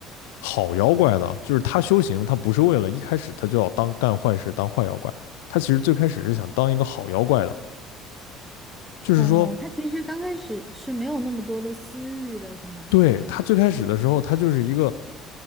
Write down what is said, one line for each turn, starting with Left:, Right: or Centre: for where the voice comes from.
Left: 好妖怪的，就是他修行，他不是为了一开始他就要当干坏事当坏妖怪，他其实最开始是想当一个好妖怪的，就是说，
Centre: 哦，他其实刚开始是没有那么多的私欲的，是吗？
Left: 对，他最开始的时候他就是一个